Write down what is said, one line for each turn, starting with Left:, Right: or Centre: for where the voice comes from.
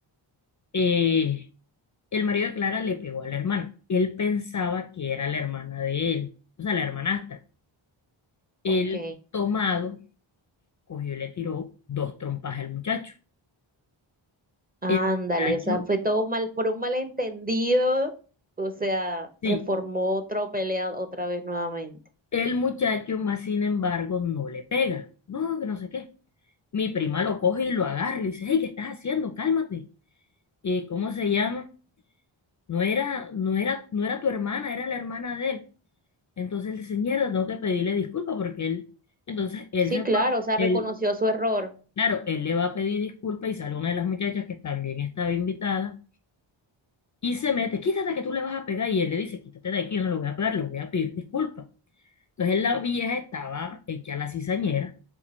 Left: eh, el marido de Clara le pegó a la hermana. Él pensaba que era la hermana de él, o sea, la hermanastra. Él,
Right: Ok,
Left: tomado, cogió y le tiró dos trompas al muchacho.
Right: ándale,
Left: El muchacho,
Right: o sea, fue todo mal, por un malentendido, o sea,
Left: sí,
Right: se formó otra pelea otra vez nuevamente.
Left: el muchacho más sin embargo no le pega. No, que no sé qué. Mi prima lo coge y lo agarra y le dice, hey, ¿qué estás haciendo? Cálmate. ¿Y cómo se llama? No era, no era, no era tu hermana, era la hermana de él. Entonces él dice, mierda, tengo que pedirle disculpas porque él, entonces él
Right: Sí,
Left: se
Right: claro,
Left: va,
Right: o sea,
Left: él,
Right: reconoció su error.
Left: claro, él le va a pedir disculpas y sale una de las muchachas que también estaba invitada y se mete, quítate que tú le vas a pegar y él le dice, quítate de aquí, yo no lo voy a pegar, le voy a pedir disculpas. Entonces la vieja estaba hecha la cizañera,